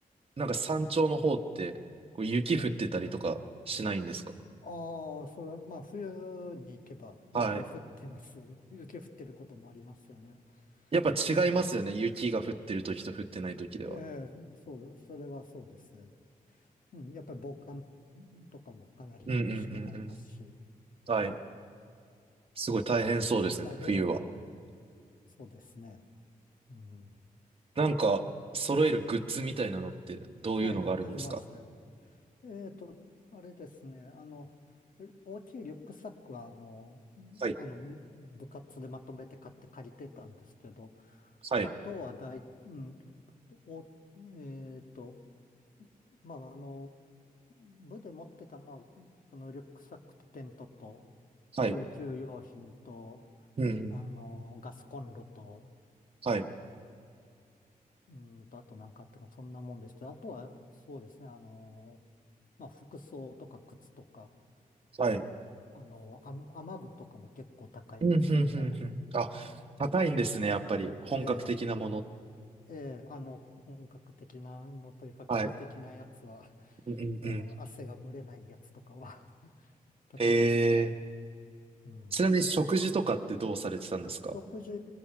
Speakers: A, on the right; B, on the left.
A: なんか山頂の方ってこう雪降ってたりとかしないんですか
B: ええ。ああ、それ、まあ、冬に行けば雪降ってます。
A: はい。
B: 雪降ってることもありますよね。
A: やっぱ違いますよね。
B: ええ、
A: 雪が降ってる時と降ってない時では。
B: ええ、そう、それはそうです。うん。やっぱり防寒とかもかなり厳しくなりますし。
A: うんうんうんうん。はい。
B: うん。
A: すごい大変そうですね、
B: ええあ、え
A: 冬は。
B: え、そうですね。うん。
A: なんか揃えるグッズみたいなのってどういうのがあるんですか
B: はい、ありましたよ。えっと、あれですね、あの、大きいリュックサックは、あの、
A: はい。
B: あの、部活でまとめて買って借りてたんですけど、
A: はい。
B: あとは大、うん、お、えっと、まあ、あの、部で持ってたのは、そのリュックサックとテントと、
A: はい。
B: 救急用品と、
A: うんうん。
B: あの、ガスコンロと、
A: はい。
B: うーんと、あと何かあったか、そんなもんでした。あとは、そうですね、あのーまあ、服装とか靴とか、
A: はい。
B: えーあのーあ、雨具とかも結構高いですよね。
A: うんうんうんうん。あ、
B: ね
A: 高いんですね、やっぱり。本格的なもの。
B: ええ、ええ、あの、本格的なのというか、快適なやつは、
A: はいうんうんうん。
B: <laughs> あの、汗が蒸れないやつとかは <laughs> 高いですね。
A: へえ。
B: うん。
A: ちなみに食事とかってどうされてたんですか
B: 食事